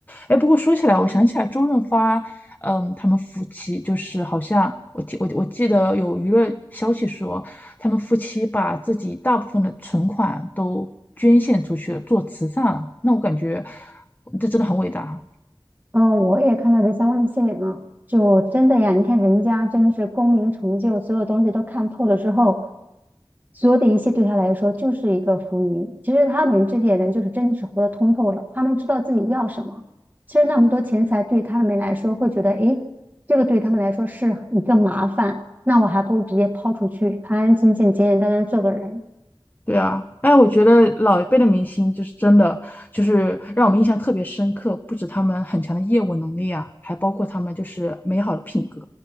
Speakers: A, on the left; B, on the right.
A: 哎，不过说起来，我想起来周润发，嗯，他们夫妻就是好像我记我我记得有娱乐消息说，他们夫妻把自己大部分的存款都捐献出去了，做慈善了。那我感觉这真的很伟大。
B: 嗯，我也看到这相关的新闻了，就真的呀，你看人家真的是功名成就，所有东西都看透了之后，所有的一切对他来说就是一个浮云。其实他们这些人就是真的是活得通透了，他们知道自己要什么。其实那么多钱财对他们来说会觉得，诶，这个对他们来说是一个麻烦，那我还不如直接抛出去，安安静静、简简单单做个人。
A: 对啊，哎，我觉得老一辈的明星就是真的，就是让我们印象特别深刻。不止他们很强的业务能力啊，还包括他们就是美好的品格。